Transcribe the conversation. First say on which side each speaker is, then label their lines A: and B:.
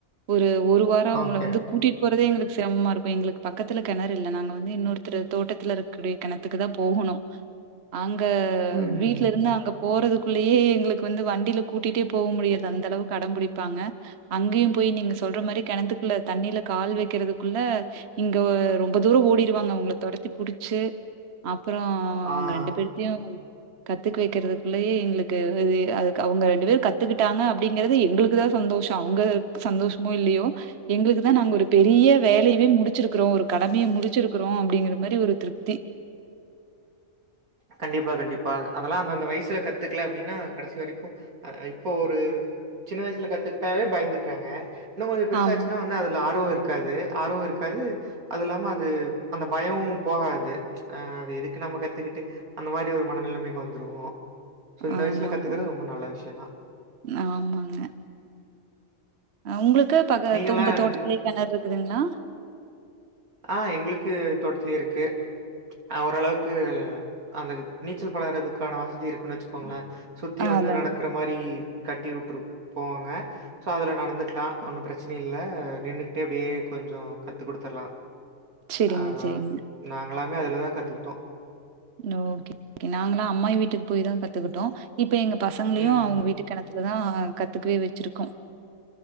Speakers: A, on the right; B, on the right.
A: ஒரு ஒரு வாரம் உங்கள
B: ஓகே.
A: வந்து கூட்டிட் போறதே எங்களுக்கு சிரமமா இருக்கு எங்களுக்கு பக்கத்துல்ல கிணறு இல்ல நாங்க வந்து இன்னொருத்தர் தோட்டத்துல இருக்கூடிய கிணத்துக்கு தா போகனோ அங்க
B: ம், ம்,
A: வீட்ல
B: ம்.
A: இருந்து அங்க போறது க்குள்ளயே எங்களுக்கு வந்து வண்டியில கூட்டிட்டே போ முடியாது அந்த அளவுக்கு அடம் பிடிப்பாங்க அங்கயு போய் நீங்க சொல்ற மாரி கிணத்துக்குள்ள தண்ணியில கால் வைக்கிறதுக்குள்ள இங்க ரொம்ப தூரோ ஓடிருவாங்க அவங்ள தொரத்தி புடிச்சு அப்றோ
B: ஆ.
A: அவுங்க ரெண்டு பேர்த்தையு கத்துக்க வைக்கிறதுக்குள்ளயே எங்களு க்கு அது அதுக்கு அவுங்க ரெண்டு பேர் கத்துக்கிட்டாங்க அப்டிங்குறது எங்களுக்கு தா சந்தோஷோ அவுங்க சந்தோஷமோ இல்லயோ எங்களுக்கு தா நாங்க ஒரு பெரிய வேலயவே முடிச்சிருக்குறோ ஒரு கடமைய முடிச்சிருக்குறோ அப்டிங்கிற மாரி ஒரு திருப்தி
B: கண்டிப்பா கண்டிப்பா அதெல்லா அந்த அந்த வயசுல கத்துக்கல அப்டின்னா கடைசி வரைக்கு அ இப்போ ஒரு சின்ன வயசுல கத்துக்கிட்டாவே பயந்துக்குறாங்க இன்னோ கொஞ்சோ பெருசாச்சுன்னா
A: ஆமா
B: இன்ன அதுல ஆர்வோ இருக்காது ஆர்வோ இருக்காது அது இல்லாம அது அந்த பயவோ போகாது அ அது எதுக்கு நம்ம கத்துக்கிட்டு அந்த மாரி ஒரு மனநிலைமைக்கு வந்துருவோ ஸோ இந்த
A: ஆமாங்க
B: வயசுல கத்துக்கிறது ரொம்ப நல்ல விஷயோ தா
A: ஆமாங்க உங்களுக்கு பக்க
B: நீங்கலாம்
A: உங்க தோட்டத்துலேயே கெணறு இருக்குதுங்களா
B: ஆ எங்களுக்கு தோட்டத்லேயே இருக்கு அ ஓரளவுக்கு அந்த நீச்சல் பலறதுக்கான வசதி இருக்குன்னு வெச்சுக்கோங்களேன் சுத்தி
A: ஆ
B: வந்து
A: அதா
B: நடக்கற மாரி கட்டி விட்டுரு போவாங்க சோ அதுல நடந்துக்கலாம் ஒன்னும் பிரச்சன இல்ல நின்னுகிட்டே அப்டியே கொஞ்சம் கத்து கொடுத்துடலா
A: செரிங்க
B: ஆ
A: செரிங்க
B: நாங்களாமே அதுலதான் கத்துக்கிட்டோ
A: ஓகே கே நாங்களல்லாம் அம்மாய் வீட்டுக்கு போய் தான் கத்துக்கிட்டோம் இப்ப எங்க பசங்களையும்
B: ம்.
A: அவங்க வீட்டு கெணத்துல தா கத்துக்கவே வெச்சிருக்கோ